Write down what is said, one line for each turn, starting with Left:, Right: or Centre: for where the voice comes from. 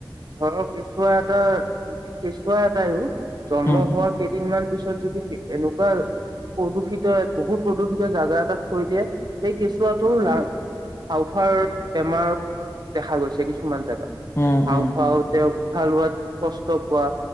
Right: ঘৰৰ কেঁচুৱা এটা যদি কেঁচুৱা এটাইও জন্ম
Left: উম,
Right: হোৱাৰ কেইদিনমান পিছত যদি এনেকুৱা প্ৰদূষিত বহুত প্ৰদূষিত জাগা এটাত থৈ দিয়ে। সেই কেঁচুৱাটোৰ লা হাওফাৰ বেমাৰ দেখা গৈছে। কিছুমান জাগা
Left: উম,
Right: হাওফাওতে
Left: উম,
Right: উশাহ লোৱাত কষ্ট পোৱা